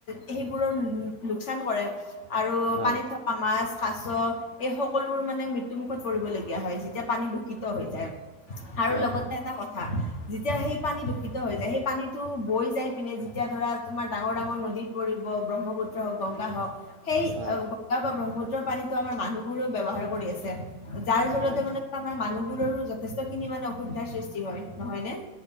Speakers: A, on the left; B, on the right.
A: সেইবোৰৰ লোকচান কৰে। আৰু
B: হয়
A: পানীত থকা মাছ কাছ এই সকলোবোৰ মানে মৃত্যুমুখত পৰিবলগীয়া হয় যেতিয়া পানী দূষিত হৈ যায়। আৰু
B: হয়
A: লগতে
B: হয়
A: এটা কথা।
B: <inaudible>
A: যেতিয়া সেই পানী দূষিত হৈ যায় সেই পানীটো বৈ যাই পিনে যেতিয়া ধৰা তোমাৰ ডাঙৰ ডাঙৰ নদীত কৰিব ব্ৰহ্মপুত্ৰ হওঁক গংগা হওঁক। সেই
B: হয়
A: গগা বা ব্ৰহ্মুত্ৰৰ পানীতো আমাৰ মানুহবোৰেও ব্যৱহাৰ কৰি আছে যাৰ জৰিয়তে
B: হয় হয়
A: মানে আমাৰ মানুহবোৰৰো যথেষ্ট খিনি মানে অসুবিধাৰ সৃষ্টি হয় নহয় নে।